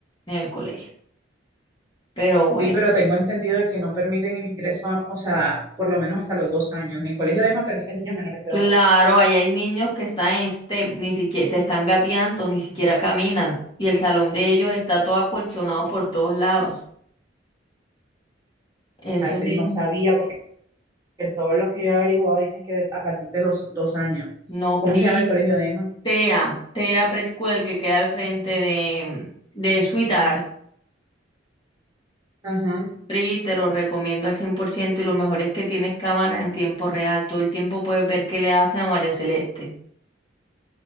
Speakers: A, on the left (about 25°); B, on the right (about 20°).
A: en el colegio. Pero bueno,
B: Sí, pero tengo entendido de que no permiten el ingreso, a- o sea, por lo menos hasta los dos años. En el colegio de EMA permiten niños menores de
A: claro,
B: dos años.
A: ahí hay niños que están en step, ni siquiera te están gateando, ni siquiera caminan. Y el salón de ellos está todo acolchonado por todos lados. Eso
B: Ay,
A: es
B: PRI no sabía, porque todos los que yo he averiguado dicen que de- a partir de los dos años.
A: no
B: ¿Cómo
A: Pri
B: se llama el colegio de EMA?
A: TEA, TEA Preschool, el que queda al frente de, de Suidar.
B: Ajá.
A: Pri, te lo recomiendo al 100% y lo mejor es que tienes cámara en tiempo real. Todo el tiempo puedes ver qué le hace a María Celeste.